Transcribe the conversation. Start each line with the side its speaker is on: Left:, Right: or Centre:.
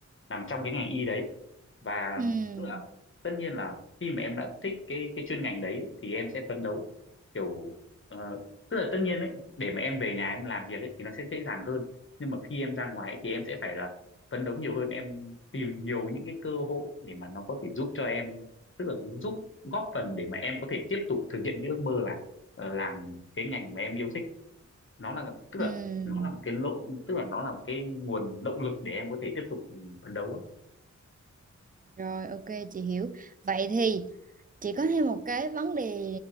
Left: nằm trong cái ngành y đấy và
Right: ừ
Left: tức là tất nhiên là khi mà em đã thích cái cái chuyên ngành đấy ấy, thì em sẽ phấn đấu kiểu ờ, tức là tất nhiên ấy để mà em về nhà em làm việc ấy thì nó sẽ dễ dàng hơn nhưng mà khi em ra ngoài ấy, thì em sẽ phải là phấn đấu nhiều hơn em tìm nhiều những cái cơ hội để mà nó có thể giúp cho em tức là giúp góp phần để mà em có thể tiếp tục thực hiện cái ước mơ là ờ, làm cái ngành mà em yêu thích nó là tức
Right: ừ
Left: là nó là một cái lộ tức là nó là một cái nguồn động lực để em có thể tiếp tục ừ, phấn đấu ấy.
Right: rồi ok chị hiểu vậy thì chị có thêm một cái vấn đề